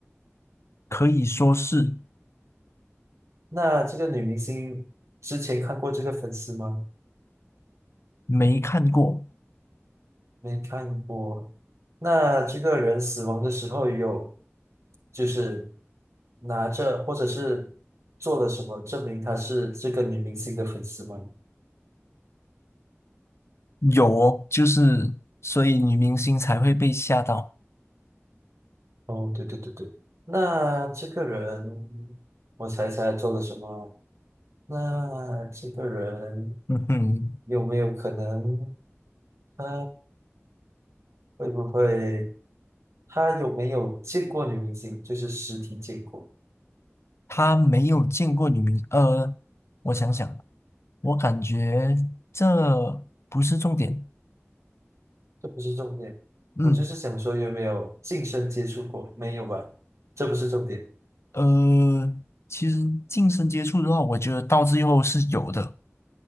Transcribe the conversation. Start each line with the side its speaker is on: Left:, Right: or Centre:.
Left: 可以说是
Right: 那这个女明星之前看过这个粉丝吗？
Left: 没看过，
Right: 没看过。那这个人死亡的时候有，就是拿着或者是做了什么证明他是这个女明星的粉丝吗？
Left: 有哦，就是所以女明星才会被吓到。
Right: 哦，对对对对。那这个人，我猜猜做了什么？那这个人
Left: 嗯哼，
Right: 有没有可能，他会不会，他有没有见过女明星？就是实体见过。
Left: 他没有见过女明，呃，我想想，我感觉这不是重点。
Right: 这不是重点，
Left: 嗯，
Right: 我就是想说有没有近身接触过，没有吧？这不是重点，
Left: 呃，其实近身接触的话，我觉得到最后是有的